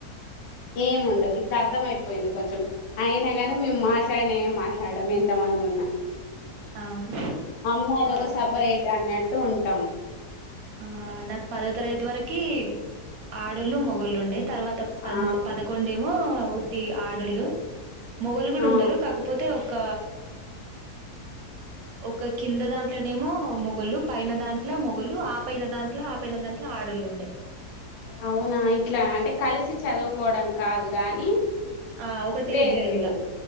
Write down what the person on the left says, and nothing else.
ఏముండదు ఇ ప్రడు అార్థమయిపో పోయింది కొంచెం అయినా గాని మేము మాట్లాడినిం మాట్లాడడంమే మ ఉన్న
అమ్మాయిలు
ఒక సపరేట్ అన్నట్టు ఉంటాం
ఆ
ఆ
అవునా ఇట్లా అంటే కలిసి చదువుకోవడం కాదు గాని
వేరే
వేరు